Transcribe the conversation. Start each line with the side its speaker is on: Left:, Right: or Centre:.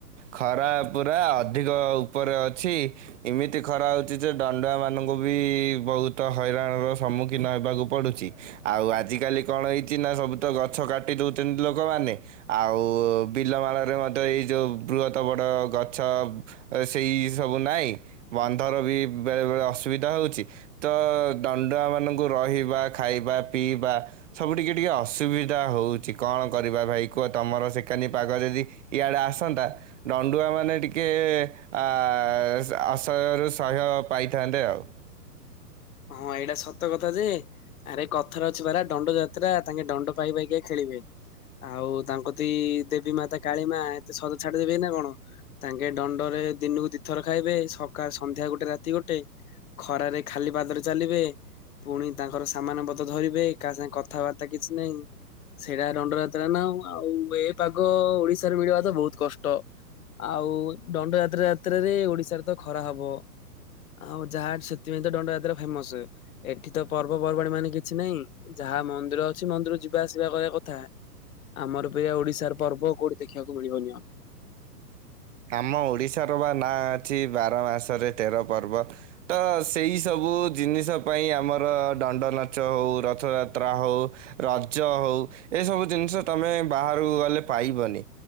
Right: ଖରା ପୁରା ଅଧିକ ଉପରେ ଅଛି ଏମିତି ଖରା ହୋଉଚି ଯେ ଦାଣ୍ଡୁଆ ମାନଙ୍କୁ ବି ବୋହୁତ ହଇରାଣର ସମ୍ମୁଖୀନ ହେବାକୁ ପଡୁଚି। ଆଉ ଆଜିକାଲି କଣ ହେଇଚି ନା ସବୁ ତ ଗଛ କାଟି ଦୋଉଚନ୍ତି ଲୋକମାନେ ଆଉ ବିଲମାଳରେ ମଧ୍ୟ ଏଇ ଯୋଉ ବୃହତ ବଡ଼ ଗଛ ଅ ସେଇ ସବୁ ନାଇଁ ବନ୍ଧର ବି ବେଳେ ବେଳେ ଅସୁବିଧା ହୋଉଚି। ତ ଦଣ୍ଡୁଆ ମାନଙ୍କୁ ରହିବା, ଖାଇବା, ପିଇବା ସବୁ ଟିକେ ଟିକେ ଅସୁବିଧା ହୋଉଚି କଣ କରିବା ଭାଇ କୁହ ତମର ସେକାନି ପାଗ ଯଦି ଇଆଡ଼େ ଆସନ୍ତା ଦଣ୍ଡୁଆମାନେ ଟିକେ ଆ ଆ ଆସ ଆସହ୍ୟରୁ ସହ୍ୟ ପାଇଥାନ୍ତେ ଆଉ।
Left: ହଁ ଏଇଟା ସତ କଥା ଯେ ଆରେ କଥାରେ ଅଛି ପରା ଡଣ୍ଡ ଯାତ୍ରା ତାଙ୍କେ ଡଣ୍ଡ ପାଇ ପାଇକା ଖେଳିବେ। ଆଉ ତାଙ୍କ କତିକି ଦେବୀ ମାତା କାଳିମାଆ ଏତେ ସହଜରେ ଛାଡି ଦେବେନା କଣ। ତାଙ୍କେ ଦଣ୍ଡରେ ଦିନୁକୁ ଦି ଦିଥର ଖାଇବେ ସକା ସନ୍ଧ୍ୟା ଗୋଟେ ରାତି ଗୋଟେ ଖରାରେ ଖାଲି ପାଦରେ ଚାଲିବେ ପୁଣି ତାଙ୍କର ସାମାନ ପତ୍ର ଧରିବେ କାହା ସାଙ୍ଗେ କଥାବାର୍ତ୍ତା କିଛି ନାହିଁ ସେଇଟା ଦଣ୍ଡଯାତ୍ରା ନା ଆଉ ଏ ପାଗ ଓଡିଶାରେ ମିଳିବା ତ ବୋହୁତ କଷ୍ଟ। ଆଉ ଦଣ୍ଡ ଯାତ୍ରା ଯାତ୍ରାରେ ଓଡିଶାରେ ତ ଖରା ହବ। ଆଉ ଯାହାହେ ସେଥିପାଇଁ ତ ଦଣ୍ଡଯାତ୍ରା ଫେମସ। ଏଠି ତ ପର୍ବପର୍ବାଣୀ ମାନେ କିଛି ନାହିଁ ଯାହା ମନ୍ଦିର ଅଛି ମନ୍ଦିରକୁ ଯିବା ଆସିବା କରିବା କଥା। ଆମର ପରିକା ଓଡିଶାର ପର୍ବ କୋଉଠି ଦେଖିବାକୁ ମିଳିବନି ଆଉ।
Right: ଆମ ଓଡ଼ିଶାର ପା ନାଁ ଅଛି ବାର ମାସରେ ତେର ପର୍ବ। ତ ସେଇ ସବୁ ଜିନିଷ ପାଇଁ ଆମର ଦଣ୍ଡନାଚ ହୋଉ ରଥଯାତ୍ରା ହୋଉ ରଜ ହୋଉ ଏସବୁ ଜିନଷ ତମେ ବାହାରକୁ ଗଲେ ପାଇବନି